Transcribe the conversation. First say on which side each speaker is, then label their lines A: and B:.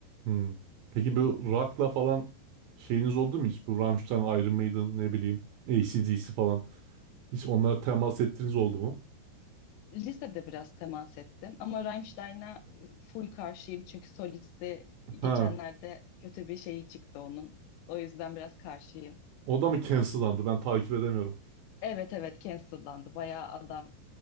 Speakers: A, on the right; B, on the left.
A: Hı. Peki bu rock'la falan şeyiniz oldu mu hiç? Bu Rammstein, Iron Maiden ne bileyim AC/DC falan. Hiç onlara temas ettiğiniz oldu mu?
B: Lisede biraz temas ettim ama Rammstein'a e, full karşıyım çünkü solisti geçenlerde
A: Ha.
B: kötü bir şeyi çıktı onun. O yüzden biraz karşıyım.
A: O da mı cancellandı? Ben takip edemiyorum.
B: Evet evet cancellandı. Bayağı adam